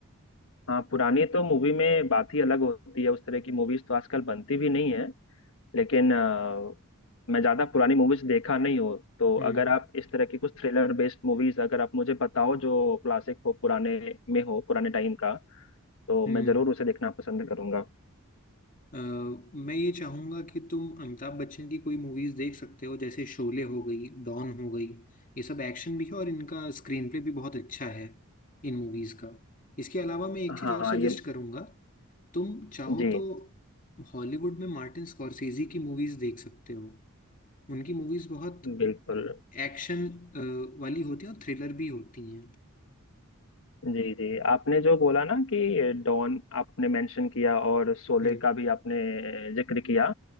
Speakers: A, on the left; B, on the left.
A: हाँ पुरानी तो मूवी में बात ही अलग होती है उस तरह की मूवीज तो आजकल बनती भी नहीं है लेकिन अ, मैं ज्यादा पुरानी मूवीज देखा नहीं हूँ तो
B: हम्म
A: अगर आप इस तरह की कुछ थ्रिलर बेस्ड मूवीज अगर आप मुझे बताओ जो क्लासिक हो पुराने में हो पुराने टाइम का तो
B: हम्म
A: मैं जरूर उसे देखना पसंद करूंगा
B: अ, मैं ये चाहूंगा कि तुम अमिताभ बच्चन की कोई मूवीज देख सकते हो जैसे शोले हो गई डॉन हो गई ये सब एक्शन भी है और इनका स्क्रीन प्ले भी बहुत अच्छा है इन मूवीज का इसके अलावा मैं एक
A: हाँ
B: चीज और सजेस्ट
A: ये
B: करूंगा तुम चाहो
A: जी
B: तो हॉलीवुड में मार्टिन स्कॉर्सेजी की मूवीज देख सकते हो उनकी मूवीज बहुत
A: बिल्कुल
B: एक्शन वाली होती है और थ्रिलर भी होती हैं
A: जी जी आपने जो बोला ना कि डॉन आपने मेंशन किया और शोले
B: हम्म
A: का भी आपने जिक्र किया